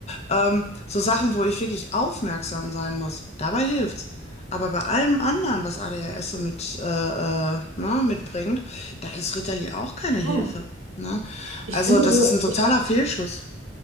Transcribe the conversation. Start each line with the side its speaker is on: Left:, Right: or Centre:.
Left: Ähm, so Sachen, wo ich wirklich aufmerksam sein muss. Dabei hilft's. Aber bei allem anderen, was ADHS so mit, äh, äh, ne, mitbringt, da ist Ritalin auch keine Hilfe.
Right: Oh.
Left: Ne?
Right: Ich
Left: Also
Right: finde
Left: das
Right: so,
Left: ist ein totaler
Right: ich,
Left: Fehlschluss.